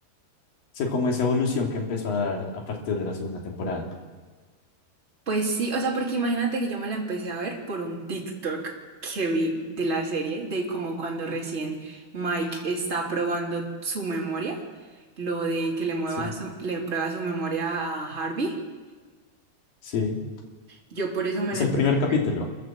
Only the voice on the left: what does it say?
O como esa evolución que empezó a dar a partir de la segunda temporada.
Sí,
sí.
Es
el
primer
capítulo.